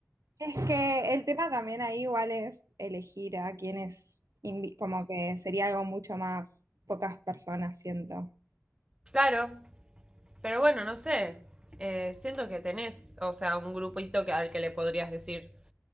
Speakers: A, on the right; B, on the right.
A: Es que el tema también ahí igual es elegir a quienes, invi- como que sería algo mucho más pocas personas, siento.
B: Claro, pero bueno, no sé. Eh, siento que tenés, o sea, un grupito que, al que le podrías decir.